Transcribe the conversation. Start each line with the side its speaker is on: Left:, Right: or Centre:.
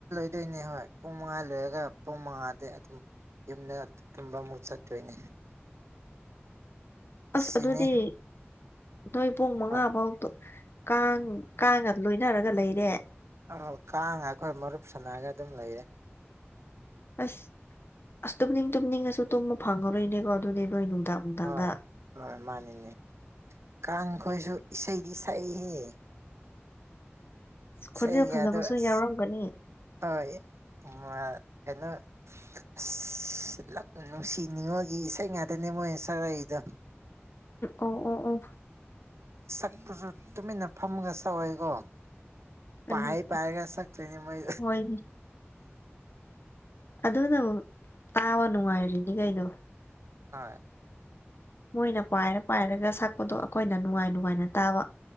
Right: <unintelligible> ꯍꯣꯏ ꯄꯨꯡ ꯃꯉꯥ ꯂꯣꯏꯔꯒ ꯄꯨꯡ ꯃꯉꯥꯗꯒꯤ ꯑꯗꯨꯝ ꯌꯨꯝꯗ ꯇꯨꯝꯕ ꯑꯃꯨꯛ ꯆꯠꯇꯣꯏꯅꯦ
Left: ꯑꯁ
Right: ꯁꯤꯅꯤ
Left: ꯑꯗꯨꯗꯤ ꯅꯣꯏ ꯄꯨꯡ ꯃꯉꯥ
Right: ꯍꯣꯏ
Left: ꯕꯥꯎꯇꯨ ꯀꯥꯡ ꯀꯥꯡꯉ ꯂꯣꯏꯅꯔꯒ ꯂꯩꯔꯦ꯫
Right: ꯑ ꯀꯥꯡꯒ ꯑꯩꯈꯣꯏ ꯃꯔꯨꯞ ꯁꯅꯔꯒ ꯑꯗꯨꯝ ꯂꯩꯔꯦ꯫
Left: ꯑꯁ ꯑꯁ ꯇꯨꯝꯅꯤꯡ ꯇꯨꯝꯅꯤꯡꯉꯁꯨ ꯇꯨꯝꯕ ꯐꯪꯉꯔꯣꯏꯅꯦꯀꯣ꯫ ꯑꯗꯨꯗꯤ ꯅꯣꯏ ꯅꯨꯡꯗꯥꯡ ꯅꯨꯡꯗꯥꯡꯗ
Right: ꯍꯣꯏ ꯍꯣꯏ ꯃꯥꯅꯤꯅꯦ꯫ ꯀꯥꯡꯈꯣꯏꯁꯨ ꯏꯁꯩꯗꯤ ꯁꯛꯏꯍꯦ꯫
Left: ꯈꯣꯟꯖꯦꯜ
Right: ꯁꯩꯒ
Left: ꯐꯖꯕꯁꯨ
Right: ꯑꯗꯨ ꯑꯁ
Left: ꯌꯥꯎꯔꯝꯒꯅꯤ
Right: ꯍꯣꯏ ꯃꯥ ꯀꯩꯅꯣ ꯑꯁ ꯂꯞ ꯅꯨꯡꯁꯤꯅꯤꯡꯉꯣꯒꯤ ꯏꯁꯩ ꯉꯥꯛꯇꯅꯦ ꯃꯣꯏꯅ ꯁꯥꯔꯛꯏꯗꯣ
Left: ꯑꯣ ꯑꯣ ꯑꯣ
Right: ꯑꯗꯨꯁꯨ ꯇꯨꯃꯤꯟꯅ ꯐꯝꯃꯒ ꯁꯛꯑꯣꯏꯀꯣ
Left: ꯎꯝ
Right: ꯄꯥꯏꯔ ꯄꯥꯏꯔꯒ ꯁꯛꯇꯣꯏꯅꯤ ꯃꯣꯏ
Left: ꯍꯣꯏꯅꯦ ꯑꯗꯨꯅꯕꯨ ꯇꯥꯕ ꯅꯨꯡꯉꯥꯏꯔꯤꯅꯤ ꯀꯩꯅꯣ
Right: ꯇꯥꯢ
Left: ꯃꯣꯏꯅ ꯄꯥꯏꯔ ꯄꯥꯏꯔꯒ ꯁꯛꯄꯗꯣ ꯑꯩꯈꯣꯏ ꯑꯩꯈꯣꯏꯅ ꯅꯨꯡꯉꯥꯏ ꯅꯨꯡꯉꯥꯏꯅ ꯇꯥꯕ